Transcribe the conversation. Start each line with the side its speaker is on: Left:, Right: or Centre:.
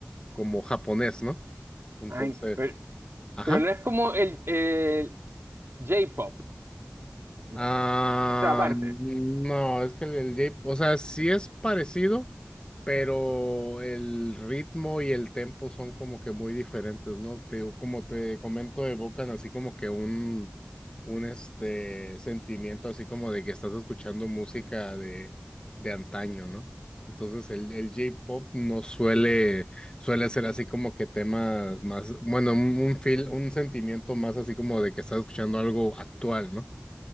Left: como japonés, ¿no? Entonces,
Right: Ay, Pero,
Left: ajá.
Right: pero no es como el, el J-pop. No.
Left: Ah,
Right: Esa aparte.
Left: no, es que el, el J- o sea, sí es parecido, pero el ritmo y el tempo son como que muy diferentes, ¿no? Te, digo, como te comento, evocan así como que un, un este sentimiento así como de que estás escuchando música de, de antaño, ¿no? Entonces el, el J-pop no suele, suele ser así como que temas más, bueno, un, un feel, un sentimiento más así como de que estás escuchando algo actual, ¿no?